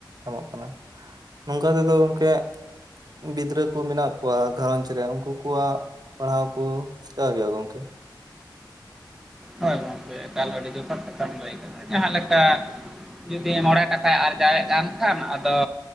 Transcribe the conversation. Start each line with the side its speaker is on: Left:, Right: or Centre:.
Right: ᱮᱢᱚᱜ ᱠᱟᱱᱟ᱾ ᱱᱚᱝᱠᱟ ᱛᱮᱫᱚ ᱜᱚᱢᱠᱮ ᱜᱤᱫᱽᱨᱟᱹ ᱠᱚ ᱢᱮᱱᱟᱜ ᱠᱚᱣᱟ ᱜᱷᱟᱨᱚᱸᱡᱽ ᱨᱮ ᱩᱱᱠᱩ ᱠᱚᱣᱟᱜ ᱯᱟᱲᱦᱟᱣ ᱠᱚ ᱪᱮᱠᱟ ᱦᱩᱭᱩᱜᱼᱟ ᱜᱚᱝᱠᱮ᱾
Centre: ᱦᱳᱭ ᱜᱚᱝᱠᱮ ᱮᱠᱟᱞ ᱟᱹᱰᱤ ᱡᱚᱛᱷᱟᱛ ᱠᱟᱛᱷᱟᱢ ᱞᱟᱹᱭ ᱠᱟᱫᱟ ᱡᱟᱦᱟᱸ ᱞᱮᱠᱟ ᱡᱩᱫᱤ ᱢᱚᱬᱮ ᱴᱟᱠᱟᱭ ᱟᱨᱡᱟᱣᱮᱫ ᱠᱟᱱ ᱠᱷᱟᱱ ᱟᱫᱚ